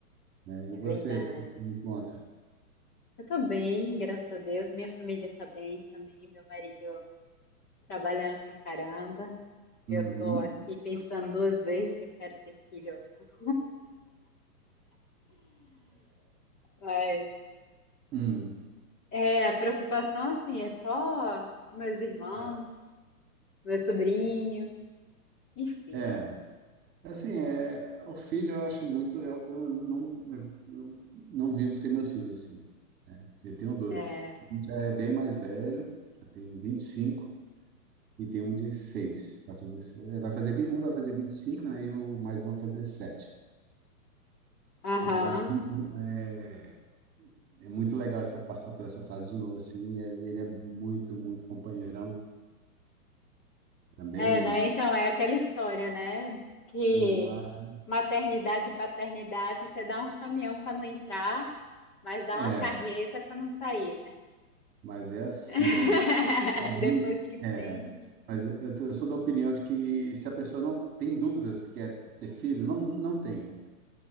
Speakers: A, on the right; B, on the left.
A: né? E
B: É
A: você,
B: verdade.
A: o que você me conta?
B: Eu tô bem, graças a Deus. Minha família tá bem também. Meu marido trabalhando pra caramba. Eu
A: Uhum.
B: tô aqui pensando duas vezes se eu quero ter filho ou não. Mas
A: Hum.
B: é, a preocupação assim é só meus irmãos,
A: né?
B: meus sobrinhos, enfim.
A: É, assim, é, o filho eu acho muito, eu, eu não, eu não vivo sem meus filhos, assim, né? Eu tenho dois,
B: É,
A: um já é bem mais velho, já tem vinte e cinco e tem um de seis vai fazer, se- é, vai fazer, vin- um vai fazer vinte e cinco né, e o mais novo vai fazer sete
B: aham.
A: Então é muito, é, é muito legal essa, passar por essa fase de novo, assim, é, e ele é muito, muito companheirão também,
B: É,
A: né,
B: né?
A: e,
B: Então é aquela história, né? Diz Que
A: isso, mas,
B: maternidade e paternidade, você dá um caminhão para não entrar, mas dá
A: é,
B: uma carreta para não sair, né?
A: mas é assim.
B: <laughs>
A: Pra mim,
B: Depois que
A: é,
B: tem,
A: mas eu, eu eu sou da opinião de que se a pessoa não tem dúvidas que é ter filho, não, não tenha.